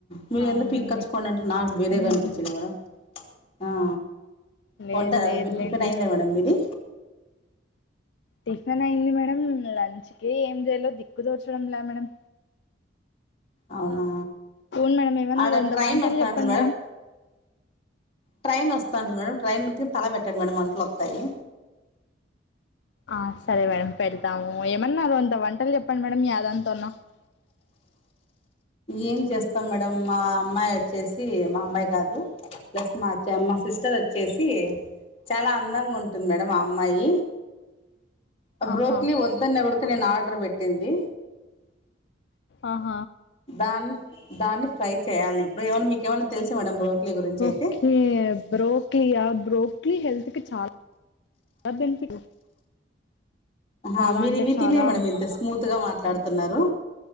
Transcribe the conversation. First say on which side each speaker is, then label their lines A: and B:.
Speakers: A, on the left (about 30°); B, on the left (about 65°).
A: మీరు
B: అవునండి
A: ఎందుకు పిక్కచ్చుకోండి అంటే నాకు బేరేగా
B: ఉమ్
A: అనిపిచింది మేడం ఆ
B: లేదు
A: వంట
B: లేదులేండి
A: మీరు టిఫిన్ అయిందా మేడం మీది
B: టిఫిన్ అయింది మేడం లంచ్ కి ఏం చేయాలో దిక్కు తోచడం లా మేడం
A: అవునా
B: అవును మేడం ఏమన్నా
A: ఆడ
B: రెండు
A: ట్రైన్
B: వంటలు
A: వస్తాంటది
B: చెప్పండి
A: మేడం ట్రైన్ వస్తాంటది మేడం ట్రైన్కి తల పెట్టండి మేడం వంటలు వస్తాయి
B: ఆ సరే మేడం పెడతాము ఏమన్నారు అంత వంటలు చెప్పండి మేడం యాదాంతన్నా <unintelligible>
A: ఏం చేస్తాం మేడం మా అమ్మాయి వచ్చేసి మా అమ్ అమ్మాయి కాదు ప్లస్ మాచ్చ మా సిస్టర్ వచ్చేసి చాలా అందంగా ఉంటుంది మేడం ఆ అమ్మాయి ఆ బ్రోక్లీ
B: ఆహా
A: వద్దన్న కుడుక నేను ఆర్డర్ పెట్టింది
B: అహ
A: దాన్ని దాన్ని ఫ్రై చేయాలి ఇప్పుడు ఏమన్నా మీకు ఏమన్నా తెలుసా మేడం బ్రోక్లీ గురించి అయితే
B: ఓకే బ్రోక్లి ఆ బ్రోక్లీ హెల్త్కి చాలా బెనిఫిట్ చాలా
A: ఆ మీరు
B: అంటే
A: ఇవి
B: చాలా
A: తినే మేడం ఇంత స్మూత్ గా మాట్లాడుతున్నారు